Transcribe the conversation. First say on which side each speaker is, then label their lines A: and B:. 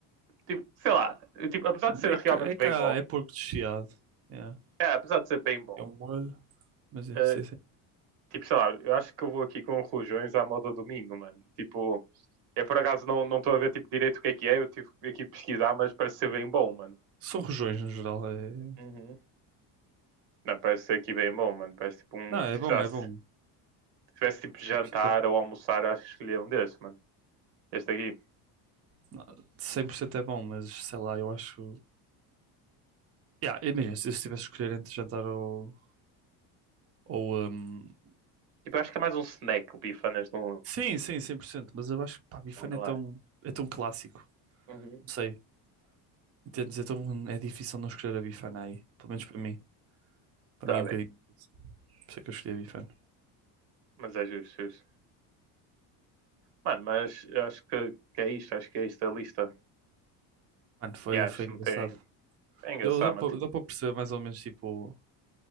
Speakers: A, on the right (about 80°); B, on the right (about 35°).
A: tipo sei lá, eu, tipo, apesar
B: Mano,
A: de ser
B: é cá,
A: realmente
B: é, cá,
A: bem bom,
B: é porco desfiado. É,
A: é, apesar de ser bem bom,
B: é um molho, mas é,
A: eh,
B: sim, sim.
A: tipo, sei lá, eu acho que eu vou aqui com rojões à moda domingo, mano. Tipo, é por acaso não não estou a ver tipo, direito o que é que é, eu tive aqui pesquisar, mas parece ser bem bom, mano.
B: São rojões no geral. É...
A: Uhum. Não, parece ser aqui bem bom, mano. Parece tipo um.
B: Não, é
A: Tipo,
B: bom,
A: sei lá,
B: é
A: se
B: bom.
A: tivesse tipo jantar
B: 100% é bom.
A: ou almoçar, eu acho que escolhia um desses, mano. Este aqui.
B: Não, 100% é bom, mas sei lá, eu acho. Yeah, imagina, se eu tivesse de escolher entre jantar ou Ou, hum,
A: Tipo, eu acho que é mais um snack, o bifanas, num,
B: sim, sim, cem por cento mas eu acho que pá, Bifana
A: onda lá.
B: é tão, é tão clássico,
A: Uhum.
B: não sei, entendes? É tão, é difícil não escolher a Bifana aí, pelo menos para mim, para
A: Está
B: mim é
A: bem,
B: um bocadinho, difícil. por isso é que eu escolhi a Bifana.
A: mas é justo, justo. Mano, mas eu acho que, que é isto, acho que é isto a lista.
B: Mano, foi,
A: E acho
B: foi
A: que
B: engraçado.
A: não tem. É engraçado,
B: Deu, deu,
A: mano.
B: para
A: Tipo,
B: deu para perceber mais ou menos, tipo, o